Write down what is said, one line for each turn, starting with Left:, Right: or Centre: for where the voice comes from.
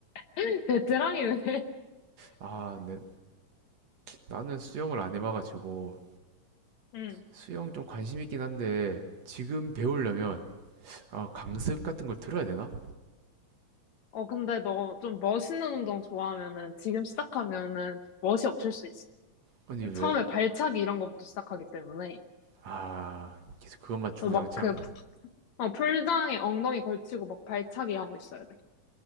Left: <laughs> 베테랑이네.
Right: 아, 네. 나는 수영을 안 해봐가지고.
Left: 응.
Right: 수영 좀 관심 있긴 한데, 지금 배우려면, 아, 강습 같은 걸 들어야 되나?
Left: 어, 근데 너 좀 멋있는 운동 좋아하면은 지금 시작하면은 좀 멋이 없을 수 있어.
Right: 아니, 왜?
Left: 처음에 발차기 이런 거부터 시작하기 때문에.
Right: 아, 계속 그것만 주구장창.
Left: 막 그, 어, 풀장에 엉덩이 걸치고 막 발차기 하고 있어야 돼.